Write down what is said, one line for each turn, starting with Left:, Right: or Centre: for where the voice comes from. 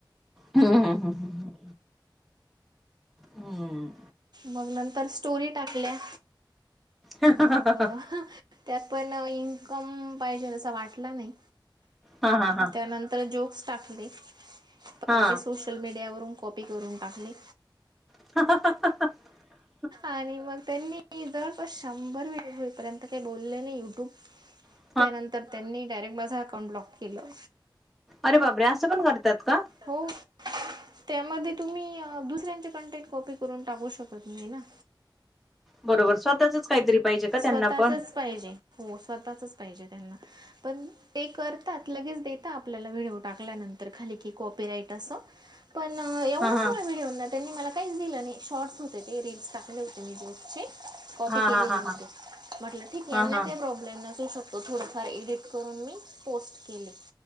Centre: हम्म हम हम् हम् ह. हम्म.
Right: मग नंतर स्टोरी टाकल्या.
Centre: हा
Right: मग त्यात प इनकम पाहिजे असा वाटला नाही.
Centre: हा हा
Right: त्यानंतर जोक्स टाकले. पण
Centre: हा
Right: ते सोशल मीडियावरून कॉपी करून टाकले.
Centre: ह <unintelligible>
Right: आणि मग त्यांनी जरस शंंभर व्हिडिओ होई पर्यंत. काही बोलले नाही युट्यूब.
Centre: ह <inaudible>
Right: त्यानंतर त्यांनी. डायरेक्ट माझा अकाउंट ब्लॉक केलं.
Centre: अरे बापरे. असं पण करतात का?
Right: हो. त्यामध्ये तुम्ही दुसऱ्यांचे कंटेंट कॉपी करून टाकू शकत नाही ना.
Centre: बरोबर स्वतःच काहीरी पाहिजे. का त्यांना
Right: स्वतःचच
Centre: पण
Right: पाहिजे. हो स्वतःचच पाहिजे त्यांना, पण ते करतात लगेच देतात. आपल्याला, व्हिडिओ टाकल्यानंतर खाली की, कॉपी राईट असं. पण एवढा
Centre: हा
Right: सगळा
Centre: हा
Right: व्हिडिओना त्यांनी मला काहीच दिलं नाही शॉर्ट्स होते ते रिल्स टाकले होते मी जोचे कॉपी
Centre: हा
Right: केलेले
Centre: हा हा हा
Right: होते. म्हटलं ठीक यांना
Centre: हा हा
Right: का प्रॉब्लेम नसू शकतो थोडफार एडिट करून मी पोस्ट केले.